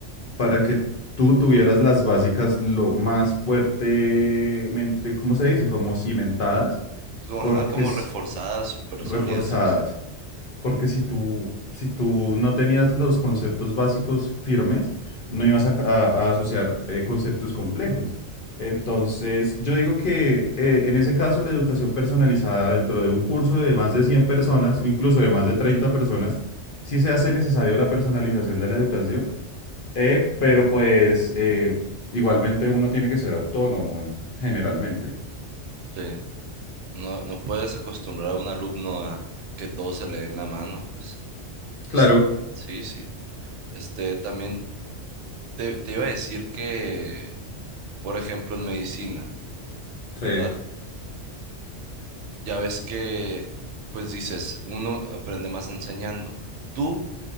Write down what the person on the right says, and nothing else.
como,
ajá, como
reforzadas, súper
sólidas, pues.
Sí. No, no puedes acostumbrar a un alumno a que todo se le dé en la mano, pues. Es,
sí, sí. Este, también te, te iba a decir que, por ejemplo, en medicina,
¿verdad? Ya ves que, pues dices, uno aprende más enseñando. Tú,